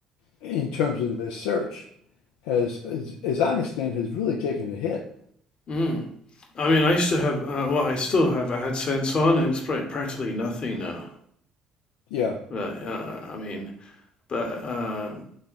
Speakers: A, on the left; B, on the left.
A: in terms of their search has, as, as I understand, has really taken a hit.
B: Mm. I mean, I used to have, uh, well, I still have AdSense on and it's like, practically nothing now.
A: Yeah.
B: But, uh, I mean, but um,